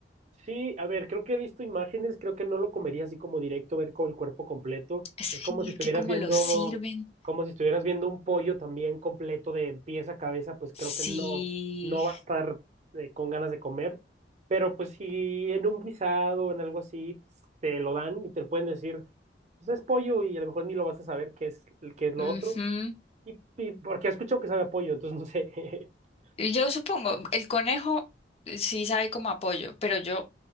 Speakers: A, on the right; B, on the left.
A: Sí, a ver, creo que he visto imágenes, creo que no lo comería así como directo, ver con el cuerpo completo.
B: Sí,
A: Es como si
B: es
A: estuvieras
B: que como
A: viendo,
B: lo sirven,
A: como si estuvieras viendo un pollo también completo de pies a cabeza, pues
B: sí.
A: creo que no, no va a estar eh, con ganas de comer. Pero pues si en un guisado, en algo así, pues, te lo dan y te pueden decir, pues es pollo y a lo mejor ni lo vas a saber qué es, qué es lo
B: Ujú.
A: otro. Y, y porque he escuchado que sabe a pollo, entonces no sé. <laughs>
B: Y Yo supongo, el conejo eh, sí sabe como apoyo, pero yo